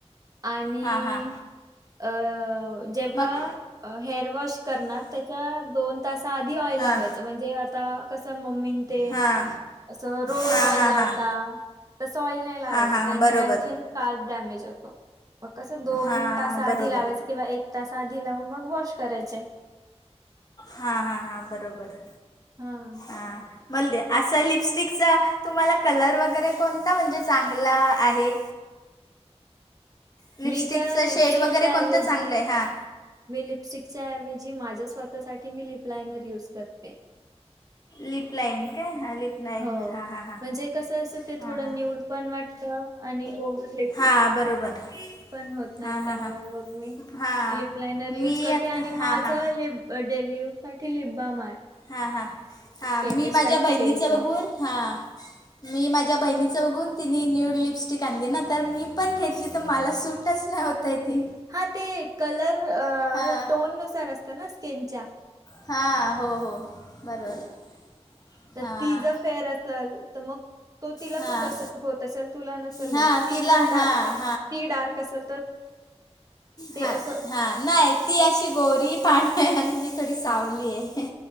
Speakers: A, on the right; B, on the left.
A: आणि
B: हां हां
A: अ जेव्हा
B: मग
A: हेअर वॉश करणार, त्याच्या दोन तासा आधी ऑइल
B: हां
A: लावायच. म्हणजे आता कस मम्मीन ते,
B: हां
A: असं रोज
B: हां
A: ऑइल
B: हां
A: लाव
B: हां
A: ता तसं ऑइल नाही लावायच.
B: हां हां
A: त्यानी
B: हां बरोबर
A: आणखी काल डॅमेज होतो. मग कसं दोन
B: हां
A: तास आधी
B: बरोबर
A: लावायचं, किंवा एक तास आधी लावून मग वॉश करायचे.
B: हां हां हां. बरोबर.
A: हा.
B: ह. म्हणजे असा लिपस्टिकचा... तुम्हाला कलर वगैरे कोणता म्हणजे... चांगला आहे? लिपस्टिकचं
A: मी तर लिपस्टिकच्या
B: शेड वगैरे कोणतं
A: ऐवजी
B: चांगलं ए... हा
A: मी लिपस्टिकच्या ऐवजी माझ्या स्वतःसाठी मी लिपलायनर यूज करते.
B: लिप लाइन काय हा लिप लाईनर
A: हो
B: हां हां हां
A: म्हणजे कस अस ते
B: हां
A: थोडं
B: हां
A: न्यूड पण वाटत आणि ओवर लिप.
B: हा बरोबर.
A: पण होत नाही
B: हां हां
A: त्यामुळे
B: हां
A: मग मी
B: हां
A: लिपलाइनर
B: मी
A: यूज करते
B: आता
A: आणि
B: हां
A: माझ
B: हां
A: लिप. अ डेली यूजसाठी लिपबाम आहे.
B: हा हा हा
A: केमिस्ट
B: मी माझ्या
A: ॲट
B: बहिणीचं
A: प्लेचं.
B: बघून हा. मी माझ्या बहिणीचं बघून तिने न्यूड लिपस्टिक आणली ना तर मी पण घेतली तर मला सूट. टच नाही होतय ती.
A: हा ते कलर
B: हां
A: टोन नुसार असतं ना स्किनच्या.
B: हा हो हो बरोबर.
A: तर
B: हां
A: ती ज फेअर असेल तर मग. तो तिला
B: हां
A: सुट होत असल तुला नसेल
B: हां
A: हो ती
B: तिला
A: जर
B: हां
A: डार्क. ती डार्क असल तर ते
B: हा.
A: असं
B: हा नाही ती अशी गोरी पान आणि थोडी सावली आहे.